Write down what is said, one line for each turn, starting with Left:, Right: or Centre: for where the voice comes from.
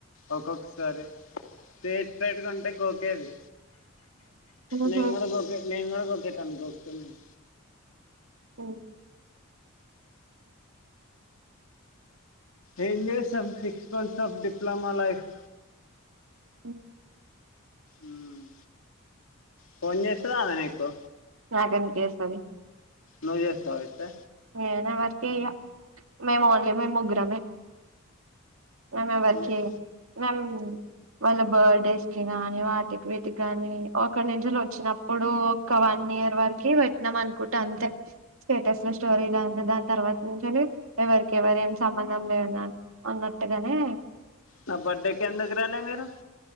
Left: ఒక్కొక్కసారి స్ట్రెయిట్ సైడ్ గుంటే గోకేది
Right: ఉహు
Left: నేను గూడ గోకె నేను గూడ గొకేటోన్ని గోకుతానంటే
Right: ఒ
Left: ఏం జేస్తమ్ six months of diploma life
Right: ఉమ్మ్
Left: ఉమ్మ్ ఫోన్ జేస్తద ఆమె నీకు
Right: నాకేందుకు జేస్తది
Left: నువ్ జేస్తావ అయితే
Right: నేనే వరకి జేయ్యా మేము ఓన్లీ మేము ముగ్గురమే మేం ఎవరికి
Left: నే-
Right: జేయమో మేం వాళ్ల బర్త్ డేస్ కి గానీ వాటికి వీటికి గానీ ఒక నిష లో వచ్చినప్పుడు ఒక వన్ ఇయర్ వరకి వెట్టినాం అనుకుంట అంతే స్టేటస్ అసల్ స్టోరీలో అంతే దాని తర్వాత నుంచలి ఎవరికి ఎవరేమ్ సంబంధం లేనన్ అన్నట్టు గానే
Left: నా బర్త్డేక్ ఎందుకురాలే మీరు